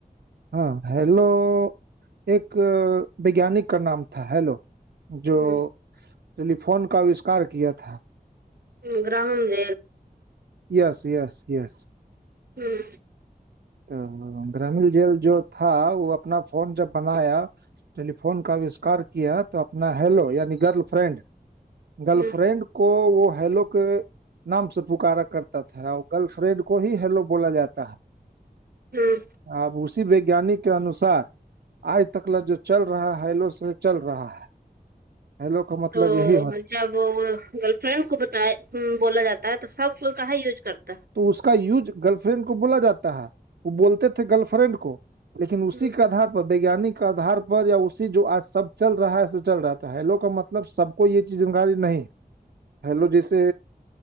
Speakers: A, on the right; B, on the right.
A: ہاں ہیلو ایک بگیانک کا نام تھا ہیلو جو
B: ہوں
A: ٹیلیفون کا آوشکار کیا تھا
B: گرہن د
A: یس یس یس
B: ہوں
A: تو گرامل جیل جو تھا وہ اپنا فون جب بنایا ٹیلیفون کا آوشکار کیا تو اپنا ہیلو یعنی گرل فرینڈ گرل
B: ہوں
A: فرینڈ کو وہ ہیلو کے نام سے پکارا کرتا تھا اور گرل فرینڈ کو ہی ہیلو بولا جاتا ہے
B: ہوں
A: اب اسی ویگانک کے انوسار آج تکلا جو چل رہا ہے ہیلو سے چل رہا ہے ہیلو کا مطلب
B: تو
A: یہی ہوتا
B: مجاگپ فرینڈ کو بتایا بولا جاتا ہے تو سب کو کہاں یوز کرتا ہے
A: تو اس کا یوج گرل فرینڈ کو بولا جاتا ہے وہ بولتے تھے گرل فرینڈ کو لیکن
B: ہے
A: اسی کھا پ ویجانک آدار پر یا اسی جو آج سب چل رہا ہے ایے چل رہا ہے تو ہیلو کا مطلب سب کوئی یہ چی جکاری نہیں
B: ج
A: ہیلو جیسے